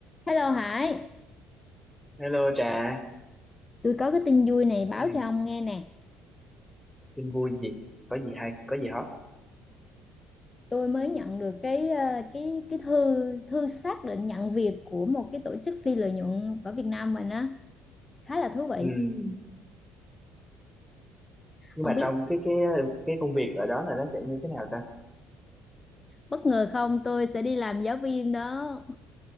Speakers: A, on the left; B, in the centre.
A: Hello Hải,
B: Hello Trà,
A: tôi có cái tin vui này báo
B: à,
A: cho ông nghe nè.
B: tin vui gì? Có gì hay? Có gì hot?
A: Tôi mới nhận được cái ờ, cái cái thư thư xác định nhận việc của một cái tổ chức phi lợi nhuận ở Việt Nam mình á, khá là thú vị.
B: Ừ. Ừ. Nhưng
A: Ông
B: mà
A: biết
B: trong cái cái cái công việc ở đó là nó sẽ như thế nào ta?
A: bất ngờ không, tôi sẽ đi làm giáo viên đó.